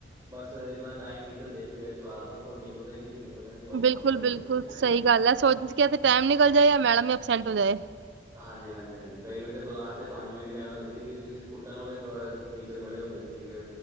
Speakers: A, on the right; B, on the right.
A: ਬਸ ਇਹਨਾਂ ਦਾ ਟਾਈਮ ਨਿਕਲ ਜੇ ਕਲਾਸ ਦਾ ਪਰ ਉਹ ਨਿਕਲਦਾ ਨੀ ਸੀ ਨਿਕਲਦਾ ਨਹੀਂ ਔਖਾ
B: ਬਿਲਕੁਲ
A: ਬੜਾ ਨਿਕਲਦਾ
B: ਬਿਲਕੁਲ
A: ਸੀ।
B: ਸਹੀ ਗੱਲ ਐ ਸੋਚ ਟਾਈਮ ਨਿਕਲ ਜਾਏ ਜਾਂ ਮੈਡਮ ਵੀ ਅਬਸੈਂਟ ਹੋ ਜਾਏ
A: ਹਾਂਜੀ ਈ ਹਾਂਜੀ ਈ ਹਾਂਜੀ ਕਈ ਵਾਰੀ ਈ ਪਲਾਸ ਦੇ ਪੰਜ ਮਿੰਟ ਵੀ ਆਉਂ ਹੁੰਦੇ ਸੀ ਕਿਂ ਸਕ ਕੁੱਟਣ ਵਾਲੇ ਡੋਏ ਟੀਚਰ ਬੜੇ ਹੁੰਦੇ ਸੀਗੇ ਏ